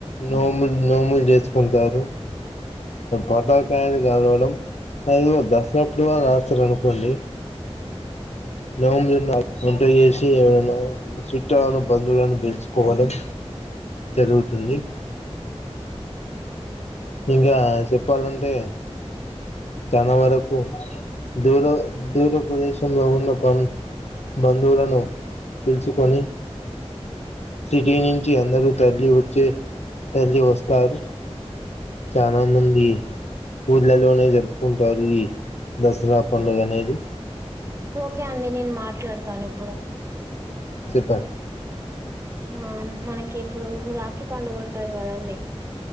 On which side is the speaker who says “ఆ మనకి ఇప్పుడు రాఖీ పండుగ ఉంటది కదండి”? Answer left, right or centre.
Right